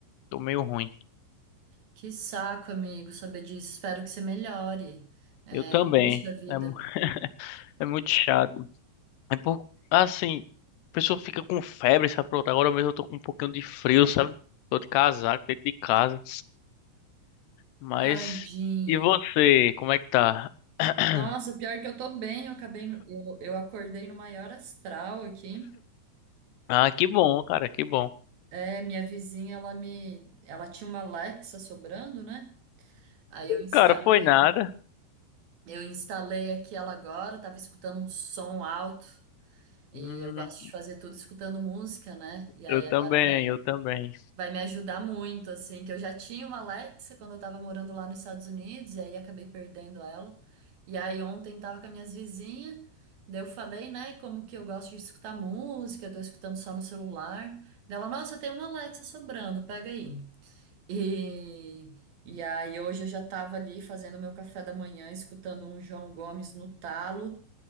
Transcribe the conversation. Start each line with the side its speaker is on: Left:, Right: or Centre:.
Left: Tô meio ruim.
Right: que saco, amigo, saber disso, espero que você melhore. É,
Left: Eu também.
Right: puxa vida,
Left: É, mu- é muito chato. É por, assim, a pessoa fica com febre, sabe? Pronto, agora mesmo eu tô com um pouquinho de frio, sabe? Tô de casaco dentro de casa. Mas,
Right: tadinho.
Left: e você? Como é que tá? <clears throat>
Right: Nossa, pior que eu tô bem, eu acabei, no- eu, eu acordei no maior astral aqui.
Left: Ah, que bom, cara, que bom.
Right: É, minha vizinha, ela me, ela tinha uma Alexa sobrando, né? Aí eu instalei,
Left: Cara, foi nada.
Right: eu instalei aqui ela agora, tava escutando um som alto. E
Left: Hum,
Right: eu gosto de fazer tudo escutando música, né? E aí
Left: eu também,
Right: agora vai
Left: eu também.
Right: vai me ajudar muito, assim, que eu já tinha uma Alexa quando eu tava morando lá nos Estados Unidos, e aí acabei perdendo ela. E aí ontem tava com as minhas vizinhas, daí eu falei, né, como que eu gosto de escutar música, tô escutando só no celular. Daí Ela, nossa, tem uma Alexa sobrando, pega aí. E, e aí hoje eu já tava ali fazendo meu café da manhã, escutando um João Gomes no talo,